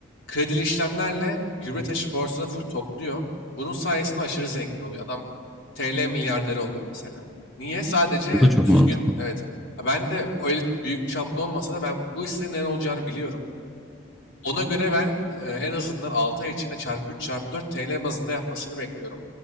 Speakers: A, on the left (about 65°); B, in the centre.
A: Kredili işlemlerle Gübretaş'ın borsada full topluyor. Bunun sayesinde aşırı zengin oluyor. Adam TL milyarderi oluyor mesela. Niye? Sadece
B: Bu da çok
A: düzgün
B: mantıklı.
A: evet. Ha, Ben de öyle büyük çaplı olmasa da ben bu işlerin ne olacağını biliyorum. Ona göre ben e, en azından 6 ay içinde çarpı 3 çarpı 4 TL bazında yapmasını bekliyorum.